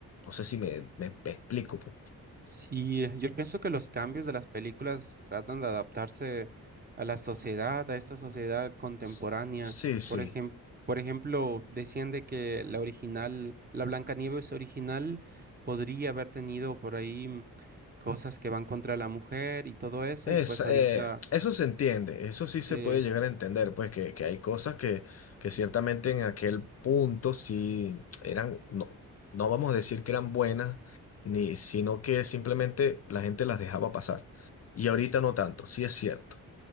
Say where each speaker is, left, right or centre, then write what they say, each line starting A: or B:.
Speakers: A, on the left; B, on the right.
A: No sé si me, me, me explico, pues.
B: Sí, yo pienso que los cambios de las películas tratan de adaptarse a la sociedad, a esta sociedad contemporánea.
A: S- Sí, sí.
B: Por ejem- por ejemplo, decían de que la original, la Blancanieves original podría haber tenido por ahí mm, cosas que van contra la mujer y todo eso,
A: Es,
B: y pues
A: eh,
B: ahorita
A: eso se entiende, eso sí
B: se...
A: se puede llegar a entender, pues que, que hay cosas que, que ciertamente en aquel punto sí eran, no, no vamos a decir que eran buenas, ni, sino que simplemente la gente las dejaba pasar. Y ahorita no tanto, sí es cierto.